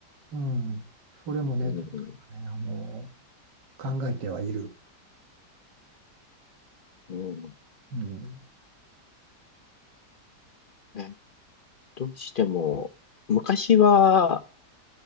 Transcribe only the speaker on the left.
う、うん、
うん。
ね、どうしても、昔は